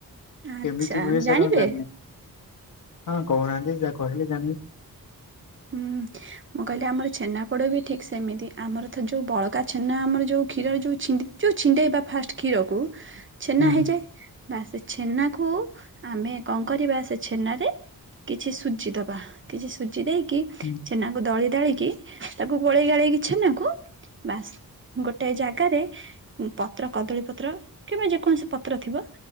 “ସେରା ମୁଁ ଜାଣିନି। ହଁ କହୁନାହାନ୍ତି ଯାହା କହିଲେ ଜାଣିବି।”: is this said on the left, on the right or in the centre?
Left